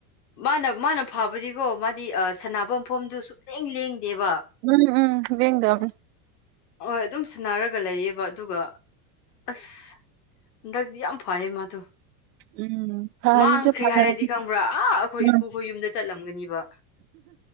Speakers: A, on the left; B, on the right.
A: ꯃꯥꯅ ꯃꯥꯅ ꯐꯕꯗꯤꯀꯣ ꯃꯥꯗꯤ ꯁꯅꯥꯐꯝ ꯃꯐꯝꯗꯨ ꯁꯨꯛꯂꯦꯡ ꯂꯦꯡꯗꯦꯕ
B: ꯎꯝ ꯎꯝ ꯌꯦꯉꯝ
A: ꯍꯣꯏ ꯑꯗꯨꯝ ꯁꯟꯅꯔꯒ ꯂꯩꯌꯦꯕ ꯑꯗꯨꯒ ꯑꯁ ꯍꯟꯗꯛꯗꯤ ꯌꯥꯝ ꯐꯌꯦ ꯃꯥꯗꯨ
B: ꯎꯝ ꯐꯔꯤꯁꯦ
A: ꯃꯥꯡꯈ꯭ꯔꯤ
B: ꯐꯔꯕꯅꯦ
A: ꯍꯥꯏꯔꯗꯤ ꯈꯪꯕ꯭ꯔꯥ ꯑꯥ ꯑꯩꯈꯣꯏ
B: ꯎꯝ
A: ꯏꯄꯨꯈꯣꯏ ꯌꯨꯝꯗ ꯆꯠꯂꯝꯒꯅꯤꯕ